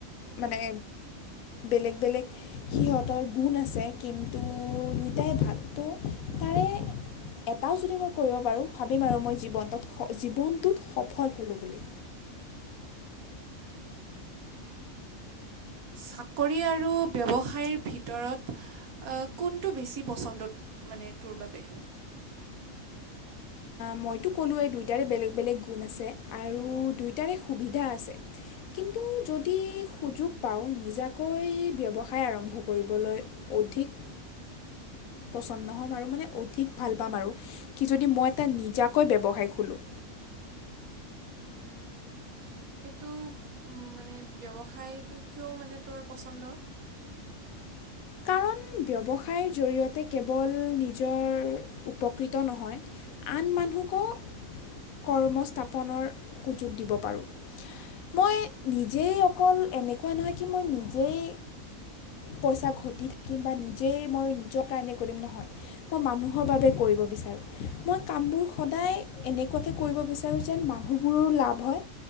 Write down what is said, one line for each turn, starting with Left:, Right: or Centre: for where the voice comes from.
Left: মানে বেলেগ বেলেগ সিহঁতৰ গুণ আছে কিন্তু দুইটাই ভাল ত' তাৰে এটাও যদি মই কৰিব পাৰোঁ ভাবিম আৰু মই জীৱনটোত জীৱনটোত সফল হ'লোঁ বুলি।
Right: চাকৰি আৰু ব্যৱসায়ৰ ভিতৰত কোনটো বেছি পচন্দ মানে তোৰ বাবে?
Left: মইতো ক'লোৱৱেই দুয়োটাৰে বেলেগ বেলেগ গুণ আছে। আৰু দুইটাৰে সুবিধা আছে, কিন্তু যদি সুযোগ পাওঁ নিজাকৈ ব্যৱসায় আৰম্ভ কৰিবলৈ অধিক পচন্দ হ'ম আৰু মানে অধিক ভাল পাম আৰু। কি যদি মই এটা নিজাকৈ ব্যৱসায় খোলোঁ।
Right: উম, সেইটো মানে ব্যৱসায়টো কিয় মানে তোৰ পচন্দ?
Left: কাৰণ ব্যৱসায়ৰ জৰিয়তে কেৱল নিজৰ উপকৃত নহয় আন মানুহকো কৰ্মস্থাপনৰ সুযোগ দিব পাৰোঁ। মই নিজেই অকল এনেকুৱা নহয় কি মই নিজেই পইচা ঘটি থাকিম বা নিজেই মই নিজৰ কাৰণে কৰিম নহয় মই মানুহৰ বাবে কৰিব বিচাৰোঁ। মই কামবোৰ সদায় এনেকুৱাকে কৰিব বিচাৰোঁ যেন মানুহবোৰৰো লাভ হয়